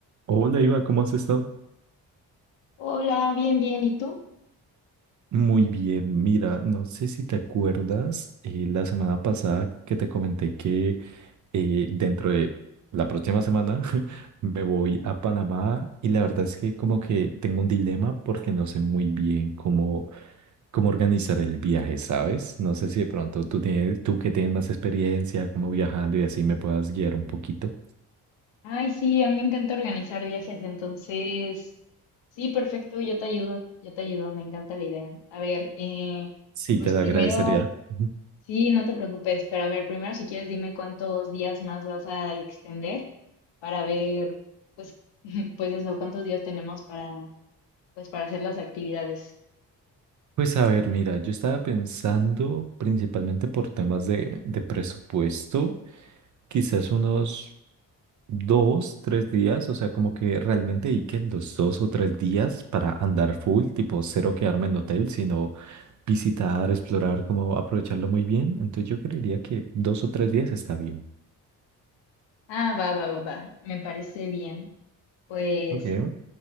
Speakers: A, on the right; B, on the left.
A: Hola Iva, ¿cómo has estado?
B: Hola, bien, bien. ¿Y tú?
A: Muy bien, mira, no sé si te acuerdas eh, la semana pasada que te comenté que eh, dentro de la próxima semana <laughs> me voy a Panamá y la verdad es que como que tengo un dilema porque no sé muy bien cómo, cómo organizar el viaje, ¿sabes? No sé si de pronto tú tienes, tú que tienes más experiencia como viajando y así me puedas guiar un poquito.
B: Ay, sí, a mí me encanta organizar viajes, entonces, sí, perfecto, yo te ayudo, yo te ayudo, me encanta la idea. A ver, eh,
A: Sí,
B: pues
A: te lo
B: primero,
A: agradecería. <laughs>
B: sí, no te preocupes, pero a ver, primero si quieres dime cuántos días más vas a extender para ver, pues, <laughs> pues eso, cuántos días tenemos para, pues, para hacer las actividades.
A: Pues a ver, mira, yo estaba pensando principalmente por temas de, de presupuesto, quizás unos dos, tres días, o sea, como que realmente dediquen los dos o tres días para andar full, tipo cero quedarme en hotel, sino visitar, explorar, como aprovecharlo muy bien. Entonces yo creería que dos o tres días está bien
B: Ah, va, va, va, va, me parece bien. Pues
A: Okay.